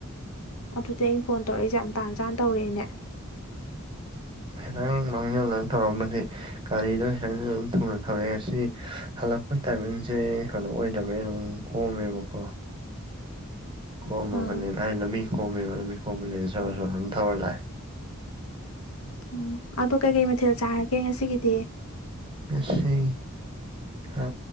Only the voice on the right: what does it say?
ꯎꯝꯪ ꯃꯥꯡ ꯊ ꯊꯧꯔꯝꯕꯅꯦ ꯒꯥꯔꯤꯗꯣ ꯍꯈꯤꯇꯪ ꯊꯨꯅ ꯊꯧꯔꯛꯑꯦ ꯑꯁꯤ ꯍꯜꯂꯛꯄ ꯇꯥꯏꯃꯤꯡꯁꯦ ꯀꯩꯅꯣ ꯑꯣꯏꯗꯕꯩꯅ ꯑꯗꯨꯝ ꯀꯣꯝꯃꯦꯕꯀꯣ ꯀꯣꯝꯃꯒꯅꯤ
ꯑꯩ ꯂꯝꯃꯤ ꯀꯣꯝꯃꯦꯕ ꯂꯝꯃꯤ ꯀꯂꯤ ꯁ ꯁ ꯊꯕ ꯂ
ꯑꯁ ꯍ